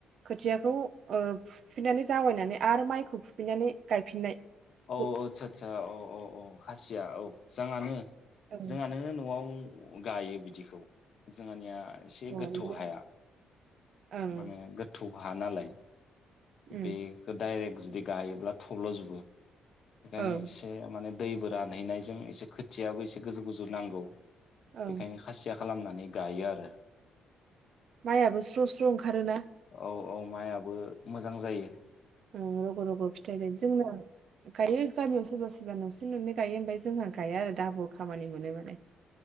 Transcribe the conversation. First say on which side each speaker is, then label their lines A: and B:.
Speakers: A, on the right (about 60°); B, on the left (about 60°).
A: खोथियाखौ फुफिनानै जावाबायनानै आरो माइखौ फुफिननानै गायफिननाय।
B: औ
A: गु
B: आतसा आतसा खासि या औ जाङानो
A: ओं
B: जोंहानो न'आव गायो बिदिखौ जोंहानिया एसे
A: अ
B: गोथौ
A: बिदिनो
B: हाया।
A: ओं
B: माने गोथौ बा हा नालाय।
A: उम
B: बेखो डायरेक जुदि गायोब्ला थब्ल'जोबो। बेखानो
A: ओं
B: एसे माने दैबो रानहैनायजों एसे खोथियाबो एसे गोजौ गोजौ नांगौ।
A: ओं
B: बेखायनो खासिया खालामनानै गायो आरो।
A: माइयाबो स्र' स्र' ओंखारोना।
B: औ औ माइयाबो मोजां जायो।
A: ओं रग' रग' फिथाइ जायो जोंना गायो गामियाव सोरबा सोरबा न'से न'नै गायो ओमफाय जोंहा गाया आरो दाबल खामानि मोनो माने।